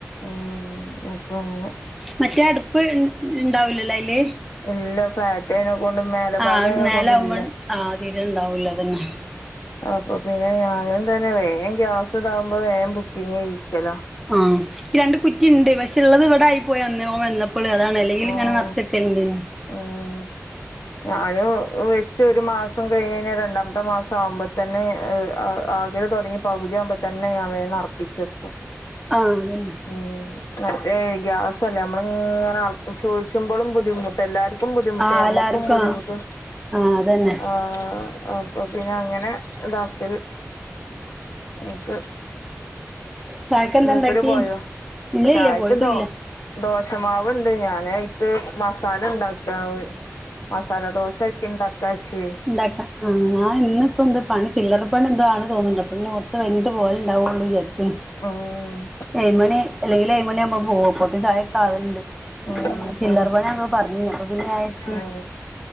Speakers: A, on the left; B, in the centre.
A: ഓഹ് ഒഹ് അപ്പങ്ങനെ
B: മറ്റേ അട്പ്പ് ൺ ൺ ഇണ്ടാവുലല്ലെ അയില്
A: ഇല്ല ഫ്ലാറ്റ് അയിനെക്കൊണ്ട് മേലഭാഗം
B: ആഹ്
A: അയിനകൊണ്ടില്ല
B: മേലാവുമ്പോ ആഹ് തീരെണ്ടാവൂല അതന്നെ
A: അപ്പൊ പിന്നെ ഞാന് തന്നെ വേഗം ഗ്യാസ് ഇതാവുമ്പൊ വേയം ബുക്കിങേയ്യിക്കലാ
B: ആഹ്. രണ്ട്കുറ്റിണ്ട് പഷെ ള്ളത് ഇവടെ ആയി പ്പോയി അന്ന് ഓവന്ന പ്പള്. അതാണ് അല്ലെങ്കിലും
A: ആഹ്
B: ഞാന് നർച്ചെക്കേണ്ടേനു
A: ഉം. ഞാനും വെച്ച് ഒരു മാസം കഴിഞ്ഞഴിഞ്ഞാ രണ്ടാമത്തെ മാസം ആവ്മ്പ തന്നെ ഹ് ആ ആക് ല് തൊട്ങ്ങി പകുതി ആവ്മ്പൊതന്നെ ഞാൻ വേം നർപ്പിച്ചെക്കും.
B: ആഹ് അതെന്നെ
A: ഉം. മറ്റേയ് ഗ്യാസല്ലെ. അമ്മള്ങ്ങനെ ആൾക്ക് ചോയ്ച്ചു മ്പൊളുംബുദ്ധിമുട് എല്ലാര്ക്കും ബുദ്ധിമുട്ട്
B: ആഹ്
A: യമ്മക്കുംബുദ്ധിമുട്ട്.
B: എല്ലാർക്കും ആഹ് അതന്നെ
A: ആഹ് അപ്പൊപിന്നെ അങ്ങനെ ഇതാക്കല്. ന്ന്ട്ട്
B: ചായക്ക് എന്താ
A: മൂപ്പര്പോയോ?
B: ഉണ്ടാക്കി ഇല്ലില്ല
A: ചായക്ക്
B: പോയിട്ടില്ല
A: ദോ ദോഷമാവ്ണ്ട്. ഞാന് ക്ക് മസാലണ്ടാക്കാ ഓ മസാലദോശാക്കിണ്ടാക്കാച്ചേ
B: ണ്ടാക്കാ ആഹ്. ഞാൻ ന്ന് പ്പന്ത് പണി ഫില്ലറപണി എന്തോ ആണ് തോന്ന്ണ്ട്. അപ്പൊ പിന്നെ കൊർച്ച് കഴിഞ്ഞിട്ട് പോവല് ണ്ടാവുള്ളൂ വിചാരിക്ക്ണ്.
A: ആഹ്
B: ഏയ്മണി അല്ലെങ്കില് ഏഴ്മണിയാ മ്പൊ പൊവും. പ്പോത്തിന് ചായക്കാവല്ണ്ട്. <unintelligible>
A: ഉം
B: ചില്ലറ
A: ഉം
B: പണിയാണെന്ന് പറഞ്ഞീനി. അപ്പൊപിന്നെ ഞ്ഞായേര്ച്ചി
A: ഓഹ്